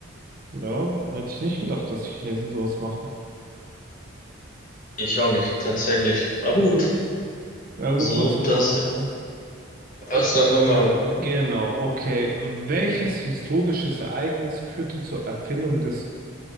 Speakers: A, on the right; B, on the left.
A: ja, hätte ich nicht gedacht, dass die Chinesen sowas machen.
B: Ich auch nicht, tatsächlich. Aber gut,
A: Ja gut,
B: so,
A: was soll
B: da
A: man machen,
B: sind
A: ne?
B: wir.
A: Okay.
B: Was sollen wir machen?
A: Genau, okay. Welches historisches Ereignis führte zur Erfindung des